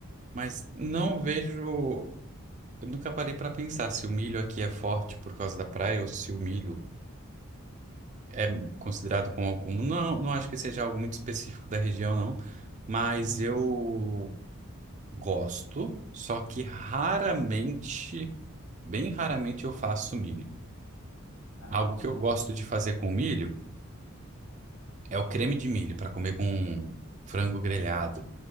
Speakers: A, on the right; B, on the left.
A: mas não vejo, eu nunca parei para pensar se o milho aqui é forte por causa da praia ou se o milho é considerado como algum. Não, não acho que seja algo muito específico da região, não. Mas
B: Hum.
A: eu Gosto, só que raramente, bem raramente eu faço milho.
B: Ah,
A: Algo
B: tá.
A: que eu gosto de fazer com milho é o creme de milho para comer com frango grelhado.